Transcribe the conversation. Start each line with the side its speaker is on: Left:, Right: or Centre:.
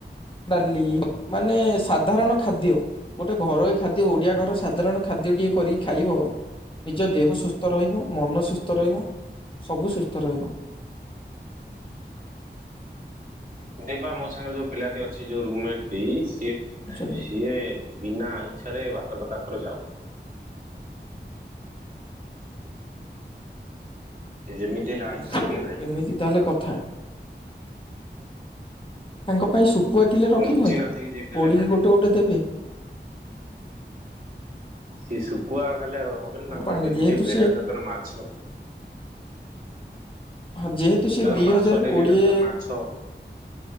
Left: ଡାଲି ମାନେ ସାଧାରଣ ଖାଦ୍ୟ ଗୋଟେ ଘରୋଇ ଖାଦ୍ୟ ଓଡ଼ିଆ ଘର ସାଧାରଣ ଖାଦ୍ୟଟିିକଏ କରିକି ଖାଇବ ନିଜ ଦେହ ସୁସ୍ଥ ରହିବ, ମନ ସୁସ୍ଥ ରହିବ, ସବୁ ସୁସ୍ଥ ରହିବ।
Right: ଦେ ମୋ ସାଙ୍ଗରେୋଉ ପିଲାଟିଛି ଯଉ ରୁମେଟ ବି ସିଫ
Left: ବୁଝିପାରୁଛନ୍ତି
Right: ସିଏ ବିନା ଆଇଂଷାରେ ବା ତାଙ୍କର ଯାଉନି। ସେ ଯେମିତି ହେଲେ ଆଇଁଷ
Left: ହୋ
Right: ଟିକେ ଖାଇବେ
Left: ଏମିତି ତାହେଲେ କଥା ତାଙ୍କ ପାଇଁ ଶୁଖୁଆଗିଲେ ରଖିଦିଅନ୍ତୁ
Right: ନୁଚି ନାଚିକି ଯେମିତି ହେଲେ
Left: ପୋଡ଼ିକି
Right: ଖାଇଦେବେ।
Left: ଗୋଟେ ଗୋଟେ ଦେବେ।
Right: ସେି ଶୁଖୁଆ। ଲେ ହବନ ତାଙ୍କର
Left: ପାଣି
Right: ଡେ
Left: ଯେହେତୁ
Right: ଟ ଭେର
Left: ସିଏ
Right: ଦୋକାନ ମାଛ।
Left: ହଁ ଯେହେତୁ ସେ
Right: ତାଙ୍କର
Left: ଦିଇ
Right: ମାଛ
Left: ହଜାର
Right: ଡେଲି
Left: କୋଡିଏ
Right: ଦରକାର ମାଛ